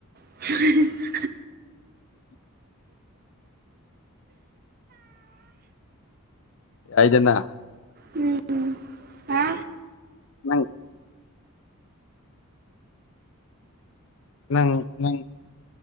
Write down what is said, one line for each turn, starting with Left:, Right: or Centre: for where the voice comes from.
Right: <inaudible>
Left: ꯌꯥꯏꯗꯅ
Right: ꯎꯝ ꯍꯥ
Left: ꯅꯪ ꯅꯪ ꯅꯪ